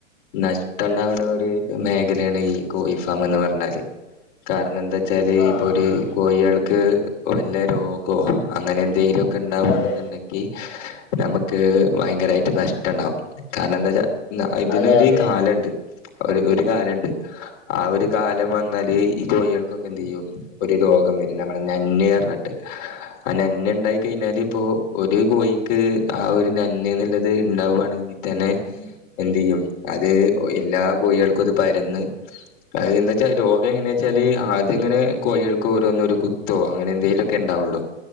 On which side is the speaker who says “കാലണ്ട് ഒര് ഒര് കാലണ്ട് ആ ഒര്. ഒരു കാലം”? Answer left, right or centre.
Left